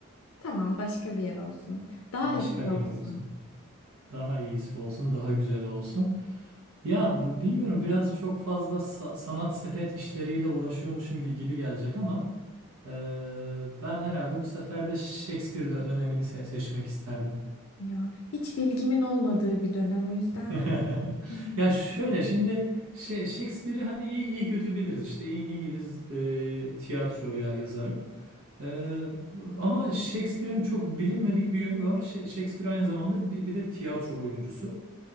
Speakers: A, on the left; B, on the right.
A: Tamam, başka bir yer olsun. Daha
B: Başka
A: eski
B: bir
A: olsun.
B: yer olsun. Daha iyisi olsun, daha güzel olsun. Ya b- bilmiyorum biraz çok fazla sa- sanat sepet işleriyle uğraşıyormuşum gi- gibi gelecek ama e, ben herhalde bu sefer de Shakespeare dö- dönemini se- seçmek isterdim.
A: Ya hiç bilgimin olmadığı bir dönem o yüzden
B: <laughs>
A: <laughs>
B: Ya şöyle şimdi şey, Shakespeare'i hani iyi, iyi kötü biliriz. İşte İng- İngiliz e, tiyatroya yazarı. Ee, ama Shakespeare'in çok bilinmedik bir yönü var. Ş- Shakespeare aynı zamanda bir, bir de tiyatro oyuncusu.